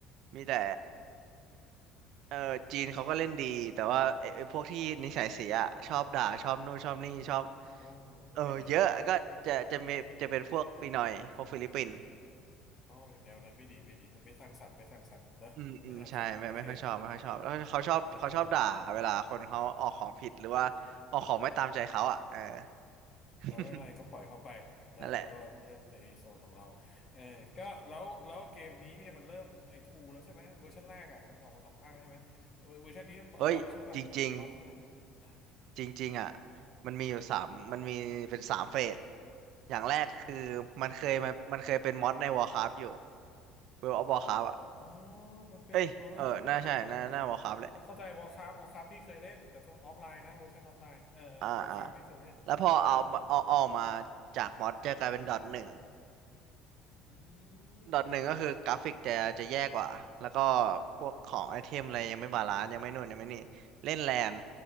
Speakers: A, on the right; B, on the left.
A: มีแต่ เออจีนเขาก็เล่นดีแต่ว่าไอ้ไอ้พวกที่นิสัยเสียอะชอบด่าชอบนู่นชอบนี่ชอบ
B: โอ้นั่นไม่ดีนั่นไม่ดี
A: เออเยอะก็จะจะมีจะเป็นพวกปีนอยพวกฟิลิปปินส์
B: โอ้ยแนวนั้นไม่ดีไม่ดีไม่สร้างสรรค์ไม่สร้างสรรค์นะไม่สร้างสรรค์โอเค
A: อืมอืมใช่ไม่ไม่ค่อยชอบไม่ค่อยชอบแล้วเขาชอบเขาชอบด่าเวลาคนเขาออกของผิดหรือว่าออกของไม่ตามใจเขาอ่ะเออ
B: เออ
A: <laughs>
B: อ่าไม่เป็นไรก็ปล่อยเข้าไปนะเราก็เล่นในโซนของเราเออก็แล้วแล้วเกมนี้เนี่ยมันเริ่มไอทูแล้วใช่ไหมเวอร์ชันแรกอ่ะมันออกมาสองภาคแล้วใช่ไหมเวอร์เวอร์ชันนี้ร้อนใช่ไหมล่ะร้อนใช่ไหมล่ะอ่ะ
A: นั่นแหละเฮ้ยจริงๆจริงๆอ่ะมันมีอยู่สามมันมีเป็นสามเฟสอย่างแรกคือมันเคยมามันเคยเป็นมอดใน Warcraft อยู่ World of Warcraft อ่ะ
B: อ๋อมันเป็นเอ
A: เอ้ยเออน่าใช่น่าน่า Warcraft แหละ
B: อเข้าใจวอรคราวอรคราพี่เคยเล่นแต่ออฟไลน์นะเวอร์ชันออฟไลน์เออวอรคราพี่เคยเล่นเออเออเออ
A: อ่าอ่าแล้วพอเอามาเอาเอาออกมาจากมอดจะกลายเป็นดอทหนึ่ง
B: อืม
A: ดอทหนึ่งก็คือกราฟิกจะจะแย่กว่าแล้วก็พวกของไอเทมอะไรยังไม่บาลานซ์ยังไม่นู่นยังไม่นี่เล่นแลน